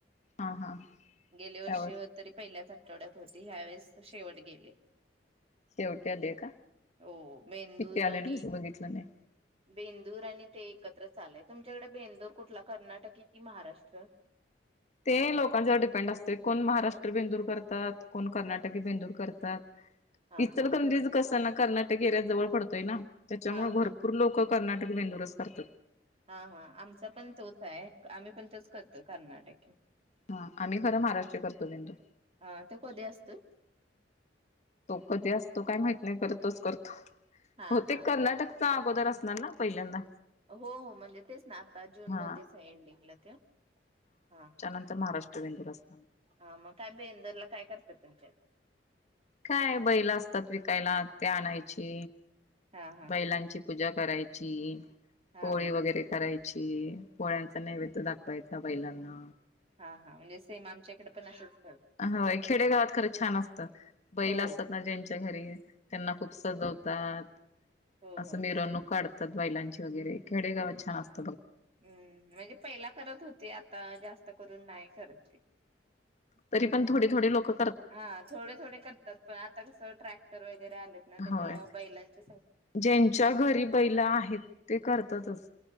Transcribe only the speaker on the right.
गेले वर्षी
हो तरी पहिल्याच आठ आठवड्यात होती ह्यावेेळेस शेवट गेली.
हो बेंदूर
आणि
बेंदूर आणि ते एकत्रच आलय तुमच्याकडे बेंदूर कुठला कर्नाटकी कि महाराष्ट्र?
हा
हा
हा
हा
हा हा आमचा पण तोच आय आम्ही पण तोच करतो कर्नाटकी.
हा तो कधी असतोय
हा
हा
हा
हो हो म्हणजे तेच ना आता जून
मध्येच आहे एंडिंगला तो हा
ह मग का बेंदूरला काय करत्यात तुमच्यात?
हा हा
हा
हा हा म्हणजे सेम आमच्याकडे पण करत.
हो
हो
हो
त्यांचे
हम्म म्हणजे पहिला करत होते आता जास्त करून नाही करत ते.
हा थोडे थोडे करतात पण आता कसं ट्रॅक्टर वगैरे आलेत ना त्याच्यामुळं
बैलांचे.